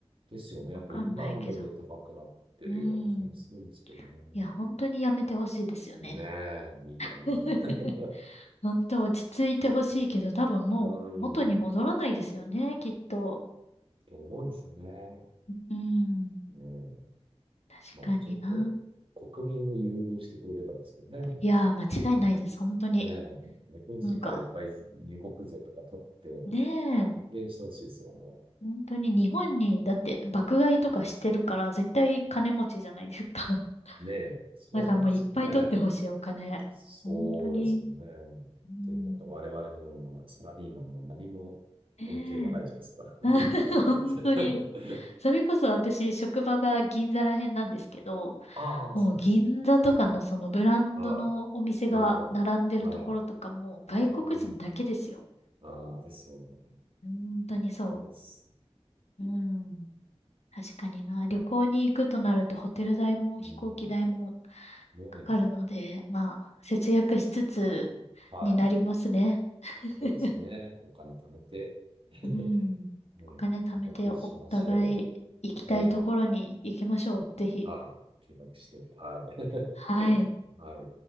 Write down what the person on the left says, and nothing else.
わかんないけど。うん。いや、本当にやめてほしいですよね。
<laughs>
本当落ち着いてほしいけど、多分もう元に戻らないですよね、
きっと。
うん。
確かにな。
いやー、間違いないです、本当に。
なんか、ねえ。
本当に日本に、だって爆買いとかしてるから絶対金持ちじゃないですか。
<laughs>
だからもういっぱい取ってほしい、お金。
本当に。うん。
ねえ。
<laughs>
本当に。
それこそ私、職場が銀座ら辺なんですけど、
もう銀座とかのそのブランドのお店が並んでるところとかもう外国人だけですよ。
本当にそ
う。うん。確かにな。旅行に行くとなるとホテル代も飛行機代も
かかるので、まあ、節約しつつになりますね。
<laughs>
うん。
お金貯めてお互い行きたいところに行きましょう。
ぜひ。
はい。